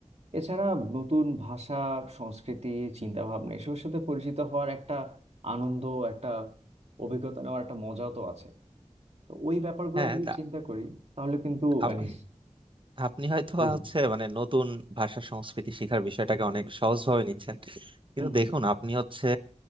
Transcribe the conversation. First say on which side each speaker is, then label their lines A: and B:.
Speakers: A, on the right; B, on the right.
A: এছাড়া নতুন ভাষা সংস্কৃতি চিন্তা ভাবনা এসবের সাথে পরিচিত হওয়ার একটা আনন্দ একটা অভিজ্ঞতা নেওয়ার একটা মজাও তো আছে তো ওই ব্যাপারগুলো
B: হ্যাঁ
A: যদি
B: তা
A: চিন্তা করি তাহলে কিন্তু
B: আপনি
A: মানে
B: আপনি হয়তো
A: জি জি
B: হচ্ছে মানে নতুন ভাষা সংস্কৃতি শিখার বিষয়টাকে অনেক সহজভাবে নিচ্ছেন কিন্তু
A: হুম হুম।
B: দেখুন আপনি হচ্ছে